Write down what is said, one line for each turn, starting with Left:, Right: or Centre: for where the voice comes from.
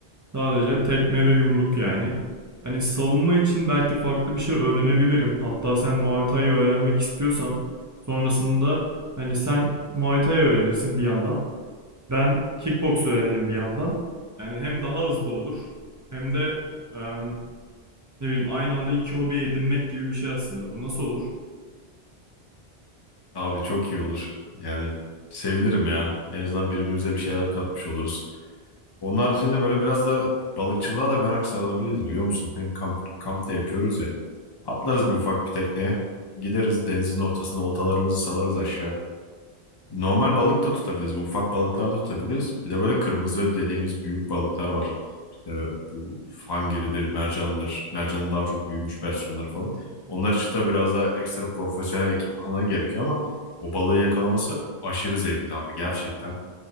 Right: Sadece tekme ve yumruk yani. Hani savunma için belki farklı bir şey öğrenebilirim. Hatta sen Muay Thai öğrenmek istiyorsan sonrasında hani sen Muay Thai öğrenirsin bir yandan. Ben kickbox öğrenirim bir yandan. Yani hem daha hızlı olur hem de e, ne bileyim aynı anda iki hobi edinmek gibi bir şey aslında. Bu nasıl olur?
Left: Abi çok iyi olur. Yani sevinirim ya. En azından birbirimize bir şeyler katmış oluruz. Onun haricinde böyle biraz da balıkçılığa da merak sarılabiliriz biliyor musun? Hem kamp, kamp da yapıyoruz ya. Atlarız bir ufak bir tekneye. Gideriz denizin ortasına oltalarımızı salarız aşağı. Normal balık da tutabiliriz. bu Ufak balıklar da tutabiliriz. Bir de böyle kırmızı dediğimiz büyük balıklar var. İşte bu hangiridir, mercandır. Mercanın daha çok büyümüş versiyonları falan. Onlar için tabii biraz daha ekstra profesyonel ekipmana gerekiyor ama o balığı yakalaması aşırı zevkli abi gerçekten.